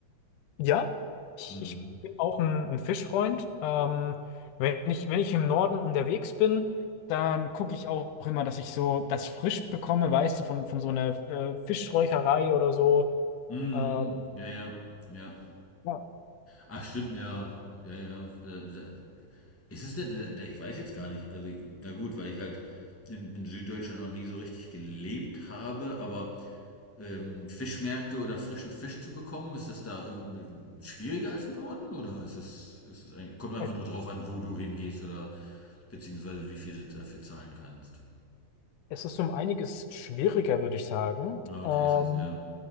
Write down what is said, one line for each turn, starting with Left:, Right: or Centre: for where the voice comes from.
Left: Ja, ich,
Centre: Mhm.
Left: ich bin auch ein, ein Fischfreund. Ähm, wenn ich, wenn ich im Norden unterwegs bin, dann gucke ich auch immer, dass ich so das frisch bekomme, weißt du, von, von so einer äh, Fischräucherei oder so.
Centre: Mhm.
Left: Äh,
Centre: Ja, ja, ja.
Left: ja,
Centre: Ach, stimmt, ja. Ja, ja. Äh, Ist es denn, äh, ich weiß jetzt gar nicht. Also, na gut, weil ich halt in, in Süddeutschland noch nie so richtig gelebt habe, aber ähm, Fischmärkte oder frischen Fisch zu bekommen, ist das da irgend- schwieriger als im Norden? Oder ist es, ist es eigentlich, kommt einfach
Left: es,
Centre: nur drauf an, wo du hingehst oder beziehungsweise wie viel du dafür zahlen kannst?
Left: es ist um einiges schwieriger, würde ich sagen.
Centre: Na,
Left: Ähm,
Centre: okay, ist es, ja.